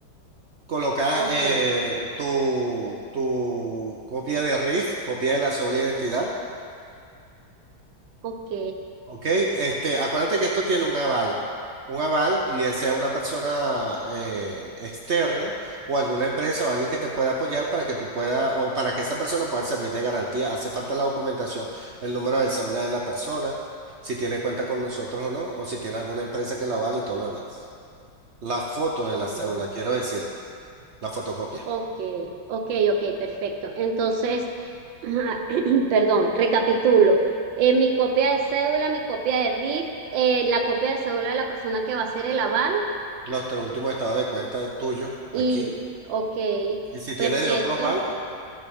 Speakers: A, on the right (about 85°); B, on the right (about 70°).
A: Colocas
B: Ok,
A: eh, tu, tu copia de RIF, copia de la sola identidad.
B: ok.
A: Ok, este, acuérdate que esto tiene un aval. Un aval, bien sea una persona eh, externa o alguna empresa o alguien que te pueda apoyar para que tú puedas o para que esa persona pueda servir de garantía. Hace falta la documentación, el número del cédula de la persona, si tiene cuenta con nosotros o no, o si tiene alguna empresa que lo avale y todo lo demás. La foto
B: Ok,
A: de la cédula, quiero decir, la fotocopia.
B: ok, ok, ok, perfecto. Entonces, <clears throat> perdón, recapitulo. Eh, mi copia de cédula, mi copia de RIF, eh, la copia de cédula de la persona que va a hacer el aval
A: Los tres últimos estados de cuenta tuyos
B: y,
A: aquí.
B: ok,
A: Y si
B: perfecto,
A: tienes de otros bancos.